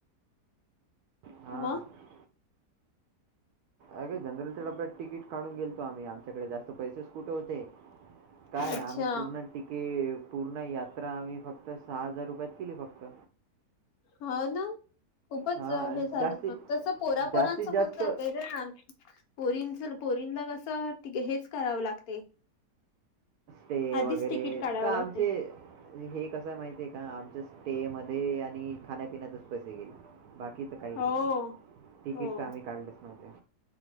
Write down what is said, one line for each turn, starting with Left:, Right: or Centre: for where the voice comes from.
Right: हां.
Left: मग.
Right: अगं जनरलच्या डब्यात तिकीट काढून, गेलतो आम्ही आमच्याकडे जास्त पैसेच कुठे होते. काय
Left: अच्छा
Right: आम्ही पूर्ण तिके पूर्ण यात्रा, आम्ही फक्त सहा हजार रुपयात केली फक्त.
Left: हा ना, खूपच
Right: हां,
Left: हे झालं
Right: जास्तीत
Left: मग, तसं पोरा-पोरांचं
Right: जास्तीत जास्त
Left: होत जातय रे ना. पोरीनच पोरीनला कसं हेच करावं लागते.
Right: ते
Left: आधीच
Right: वगैरे,
Left: तिकीट काढावं
Right: तर आमचे
Left: लागते
Right: हे कस माहिती आहे का आमच ते मध्ये आणि खाण्यापिण्यातच पैसे गेले, बाकी तर काही
Left: हो
Right: नाही. तिकीट
Left: हो
Right: तर आम्ही काढलेच नव्हते.